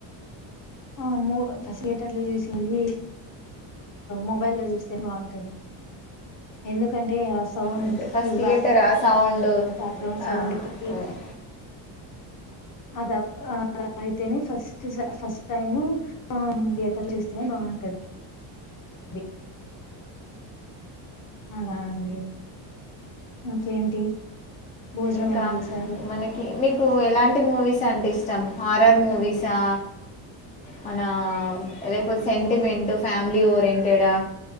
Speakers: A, on the left; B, on the left.
A: ఆ మూ ఫస్ట్ థియేటర్లో చూసినవీ మొబైల్లో చూస్తే బాగుంటది ఎందుకంటే ఆ సౌండ్
B: అంతే ఫస్ట్
A: కి
B: థియేటర్
A: వా
B: ఆ సౌండ్
A: బ్యాక్ గ్రౌండ్ సౌండ్
B: ఆ,
A: కి
B: ఉమ్.
A: అదప్ అలా అయితేనే ఫస్ట్ ఫస్టైము ఆ థియేటర్ చూస్తేనే బాగుంటది. అది అలా అండి. ఇంకేంటి భోజనాలేం
B: ఇంకా
A: చేసారు.
B: మనకి మీకు ఎలాంటి మూవీస్ అంటే ఇష్టం హారర్ మూవీసా మనా లేక్పోతే సెంటిమెంట్ ఫ్యామిలీ ఓరియంటెడా